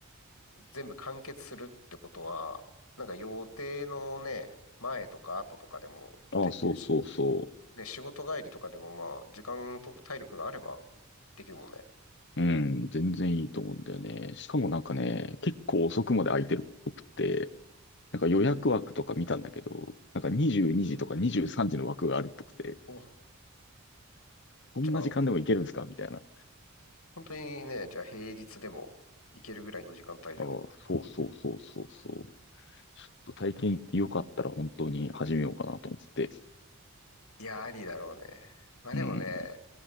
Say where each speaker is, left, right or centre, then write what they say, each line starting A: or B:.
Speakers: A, on the left (about 85°); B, on the left (about 55°).
A: 全部完結するってことは、なんか予定のね、前とか後とかでもできるし、
B: ああ、そうそうそ
A: ね仕事帰りとかでもまあ、時間と体力があればできるもんね。
B: う。うん、全然いいと思うんだよね。しかもなんかね、結構遅くまで空いてるっぽくって、なんか予約枠とか見たんだけど、なんか22時とか23時の枠があるっぽくて、
A: お、
B: こんな時間でも行けるんですかみたいな。
A: じゃあ、本当にね、じゃあ平日でも行けるぐらいの時間帯じゃん。
B: ああ、そうそうそうそうそう。ちょっと体験行ってよかったら本当に始めようかなと思って。
A: いや、ありだろうね。まあでもね、
B: うん